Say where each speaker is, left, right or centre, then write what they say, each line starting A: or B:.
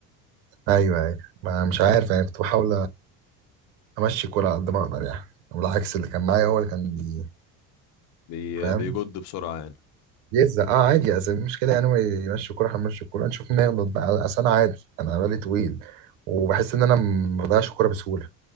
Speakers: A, on the right; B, on the left.
A: ايوه ايوه ما انا مش عارف يعني كنت بحاول امشي الكوره على قد ما اقدر يعني والعكس اللي كان معايا هو اللي كان بي-
B: بي...
A: فاهم
B: بيجد بسرعه يعني
A: يزا اه عادي اصل المشكله يعني هو يمشي الكوره هنمشي الكوره نشوف مين هيغلط بقى اصل انا عادي انا بالي طويل وبحس ان انا ما بضيعش الكوره بسهوله